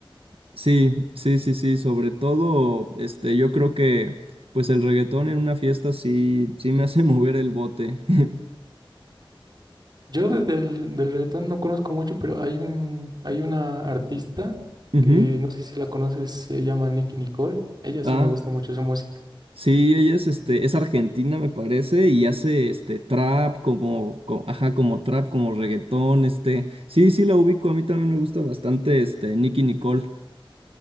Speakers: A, on the right; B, on the right.
A: Sí, sí, sí, sí. Sobre todo, este, yo creo que, pues, el reggaetón en una fiesta sí, sí me hace <laughs> mover el bote. <laughs>
B: Yo de- del, del reggaetón no conozco mucho, pero hay un, hay una artista
A: Ujú.
B: que no sé si la conoces, se llama Nicki Nicole. Ella sí
A: Ah,
B: me gusta mucho su música.
A: sí, ella es, este, es argentina, me parece, y hace este trap como, co- ajá, como trap, como reggaetón, este. Sí, sí la ubico, a mí también me gusta bastante este Nicki Nicole.